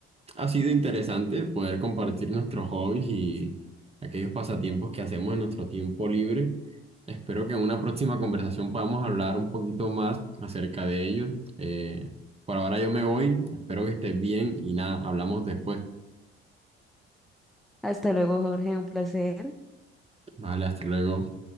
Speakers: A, on the right; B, in the centre.
A: ha sido interesante poder compartir nuestros hobbies y aquellos pasatiempos que hacemos en nuestro tiempo libre. Espero que en una próxima conversación podamos hablar un poquito más acerca de ellos. Eh, por ahora yo me voy, espero que estés bien y nada, hablamos después.
B: Hasta luego, Jorge, un placer.
A: Vale, hasta luego.